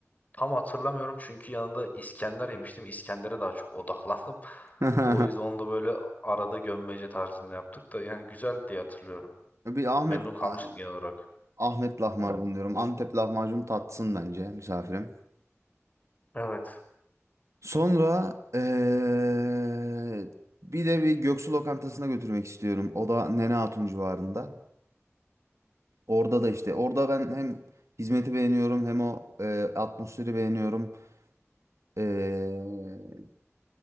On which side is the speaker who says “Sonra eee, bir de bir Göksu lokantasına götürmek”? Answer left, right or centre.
Right